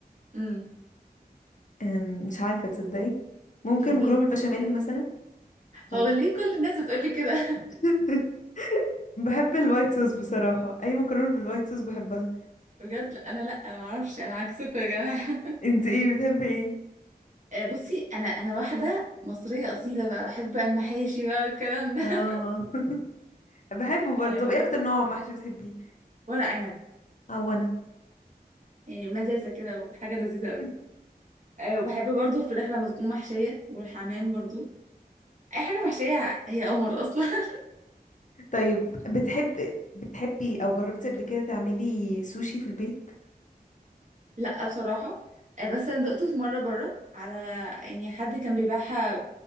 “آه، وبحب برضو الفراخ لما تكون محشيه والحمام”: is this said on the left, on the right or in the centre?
Right